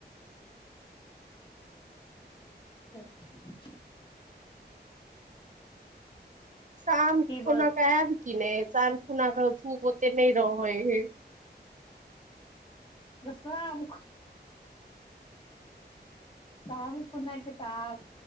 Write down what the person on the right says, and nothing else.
शाम
खुना
कऽ आयब कि नइ शाम खुना कऽ धूप ओते नहि रहै हइ